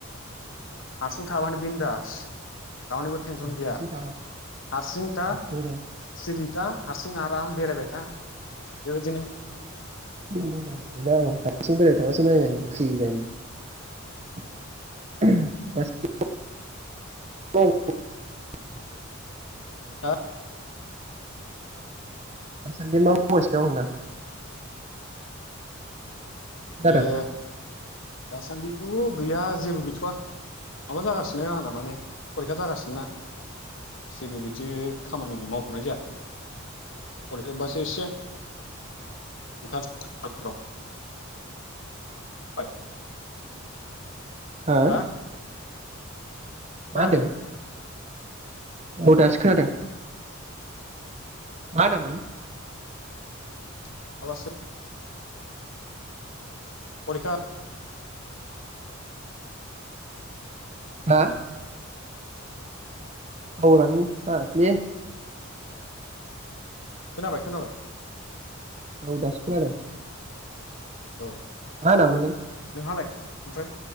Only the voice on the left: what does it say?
हारसिं थाबानो बिनदास रावनिबो टेनसन गैया
हारसिंथा
सिरिथा हारसिं आराम बेरायबाय था बेबायदिनो
हा
ए दासान्दिथ' गैया जेबो गैथ'वा माबा जागासिनो आंना माने फरिखा जागासिनोना जेबो बिदि खामानि मावथ'नाय जायाखै फरिखा जोबबासो एसे <unintelligible> <unintelligible>
हा
खोनादों
<unintelligible> फरिखा
खोनाबाय खोनाबाय
औ
नोंहालाय ओमफ्राय